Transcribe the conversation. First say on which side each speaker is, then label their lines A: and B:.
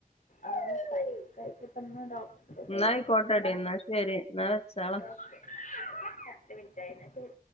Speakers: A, on the left; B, on the left.
A: ആായിട്ട ഇപ്പന്ന് ഡോക്ടർ
B: എന്നാ
A: പോയി
B: ആയിക്കോട്ടെടി
A: വന്നിട്ട്
B: എന്നാ ശരി എന്നാ വെച്ചാ
A: ഓക്കെ പത്ത് മിനിറ്റ് ആയി